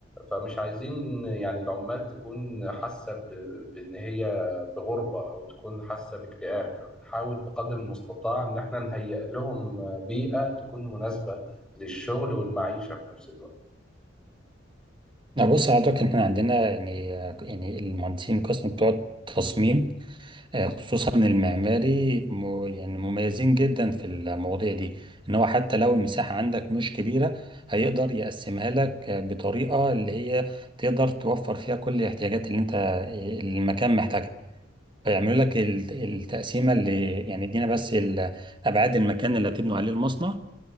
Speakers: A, in the centre; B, on the right.
A: فمش عايزين يعني العمال تكون حاسة ب- بإن هي في غربة أو تكون حاسة باكتئاب فبنحاول بقدر المستطاع إن احنا نهيئ لهم بيئة تكون مناسبة للشغل والمعيشة في نفس الوقت
B: لا بص حضرتك احنا عندنا يعني يعني المهندسين القسم بتوع التصميم آه، خصوصا المعماري م- يعني مميزين جدا في المواضيع دي ان هو حتى لو المساحة عندك مش كبيرة هيقدر يقسمها لك آه، بطريقة اللي هي تقدر توفر فيها كل الاحتياجات اللي انت اللي المكان محتاجها فيعملوا لك ال- التقسيمة اللي يعني ادينا بس ال- ابعاد المكان اللي هتبنوا عليه المصنع